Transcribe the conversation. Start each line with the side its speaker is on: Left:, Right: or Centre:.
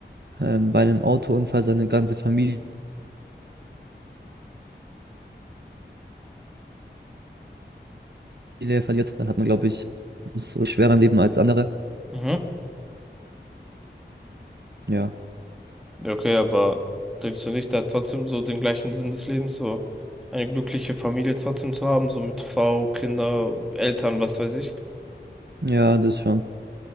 Right: ähm, bei einem Autounfall seine ganze Familie verliert, dann hat man, glaube ich, so schwerer im Leben als andere.
Centre: mhm.
Right: Ja,
Centre: Ja, Okay, aber denkst du nicht, da trotzdem so den gleichen Sinn des Lebens, so eine glückliche Familie trotzdem zu haben, so mit Frau, Kinder, Eltern, was weiß ich?
Right: ja, das schon.